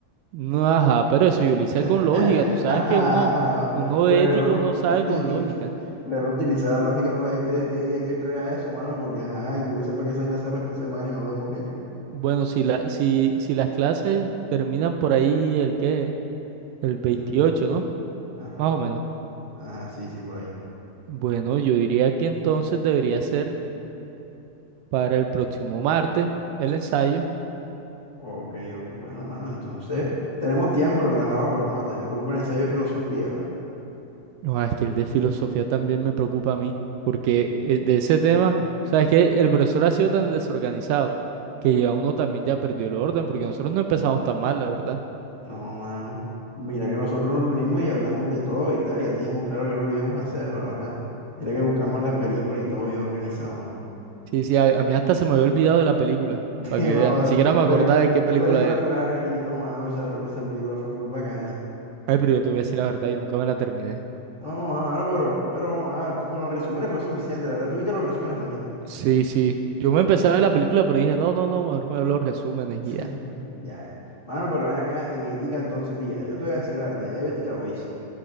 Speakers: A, on the right; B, on the left.
A: No, ajá, pero eso yo lo hice
B: <laughs>
A: con lógica, tú sabes
B: Ajá,
A: que uno, uno
B: Bueno,
A: de ética, uno sabe
B: <laughs>
A: con lógica.
B: bueno, utilizar la lógica para ver qué, qué día hay que entregar eso, mano, porque ajá, y tú que sepas que esa vaina sea para esta semana y no lo hemos hecho.
A: Bueno, si la, si, si las clases terminan por ahí el qué, el veintiocho,
B: Ujú,
A: ¿no?
B: Ajá,
A: Más o menos.
B: ajá, sí, sí, por ahí.
A: Bueno, yo diría que entonces debería ser. para el próximo martes el ensayo.
B: Ok, ok, bueno, mano, entonces tenemos tiempo relajado, pero mano, también me preocupa el ensayo de filosofía, ¿va?
A: No, es que el de filosofía también me preocupa a mí, porque eh, de ese tema, o sea, es que el profesor ha sido tan desorganizado que ya uno también ya perdió el orden, porque nosotros no empezamos tan mal, la verdad.
B: No, mano. Mira que nosotros nos reunimos y hablamos de todo y tal, ya teníamos claro qué es lo que íbamos a hacer, pero ajá. Mira que buscamos la película y todo bien organizado, mano.
A: Sí, sí, a, a mí hasta se me había olvidado de la película,
B: <laughs>
A: para que
B: Mamá,
A: veas, ni siquiera
B: La
A: me acordaba
B: película,
A: de qué película
B: la película
A: era.
B: fue acarito, mano. Esa, esa película fue full bacana.
A: Ay, pero yo te voy a decir la verdad, yo nunca me la terminé.
B: No, ma, mano, pero, pero ah, con los resúmenes fue suficiente, ¿verdad? Tuviste los resúmenes al menos.
A: Sí, sí. Yo me empecé a ver la película, pero dije, no, no, no, mejor me veo los resúmenes
B: <laughs>
A: y ya.
B: Ya, ya. Mano, pero ven acá, en ética entonces pilla. Yo te voy a decir la verdad, ya yo ética lo hice.